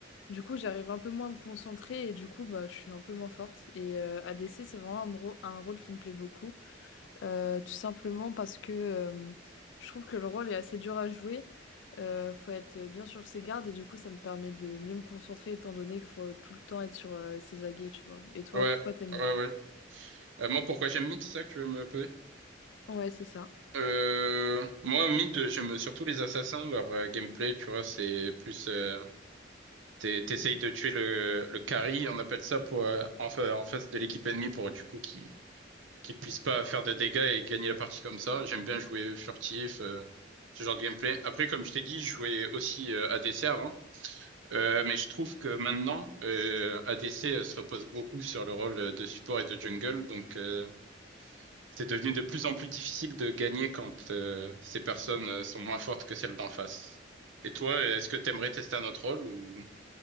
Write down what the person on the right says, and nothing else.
Ouais,
ouais, ouais. Euh, moi, pourquoi j'aime mid, c'est ça que tu veux me poser?
Euh, moi, mid, j'aime surtout les assassins, leur euh, gameplay, tu vois, c'est plus, euh, t'es- t'essayes de tuer le, le carry, on appelle ça, pour, euh, en, fa- en face de l'équipe ennemie pour, du coup, qu'ils qu'ils puissent pas faire de dégâts et gagner la partie comme ça. J'aime bien jouer furtif, euh, ce genre de gameplay. Après, comme je t'ai dit, je jouais aussi euh, ADC avant, Euh, mais je trouve que maintenant, euh, ADC euh, se repose beaucoup sur le rôle euh, de support et de jungle, donc... euh, c'est devenu de plus en plus difficile de gagner quand euh, ces personnes euh, sont moins fortes que celles d'en face. Et toi, est-ce que t'aimerais tester un autre rôle ou...